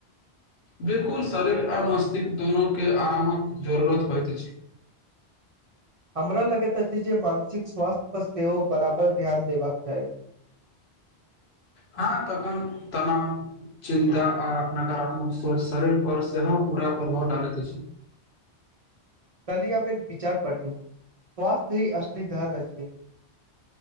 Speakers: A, on the left; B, on the right.
A: बिलकुल शरीर आ मस्तिष्क दोनो के आरामक जरूरत परैत अछि
B: हमरा लगैत अछि जे मानसिक स्वास्थ्य पर सेहो बराबर ध्यान देबाक चाहि
A: हँ तखन तनाव चिन्ता आ नकारात्मक सोच शरीर पर सेहो पूरा प्रभाव डालैत अछि
B: कल्हि हम एक विचार पढ़लौ स्वस्थ्य हि असलि धन अछि